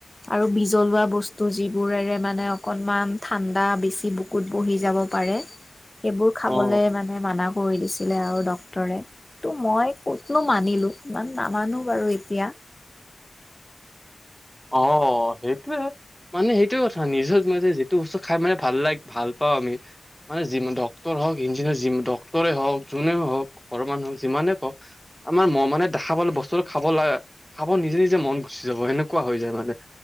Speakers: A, on the left; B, in the centre.
A: আৰু বিজলুৱা বস্তু যিবোৰেৰে মানে অকনমান ঠাণ্ডা বেছি বুকুত বহি যাব পাৰে সেইবোৰ খাবলে
B: অ
A: মানে মান কৰি দিছিলে আৰু ডক্তৰে ত' মই কতনো মানিলো ইমান নামানো বাৰু এতিয়া
B: অ', সেইটোৱে মানে সেইটোয়ে কথা নিজৰ ম যিটো বস্তু খাই মানে ভাল লাগক ভাল পাওঁ আমি মানে যি ডক্টৰ ইঞ্জিনিয়াৰ ডক্টৰে হওক যোনে হওক ঘৰ মানু হক যিমানে কওক আমাৰ ম মানে দেখা বস্তুটো খাব লাগে, খাব নিজে, নিজে মন গুচি যাব সেকুৱা কোৱা হৈ যায় মানে